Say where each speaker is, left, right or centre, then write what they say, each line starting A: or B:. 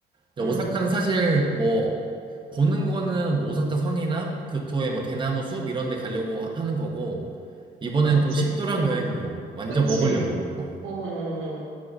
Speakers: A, on the right; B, on the right.
A: 근데
B: 응.
A: 오사카는 사실 뭐, 보는 거는 뭐 오사카 성이나 교토의 뭐 대나무 숲 이런 데 가려고 하- 하는 거고, 이번엔
B: 맛집
A: 좀 식도락
B: 투어
A: 여행으로
B: 아니야.
A: 완전
B: 그치?
A: 먹으려고, 어,
B: 어, 어, 어. 어.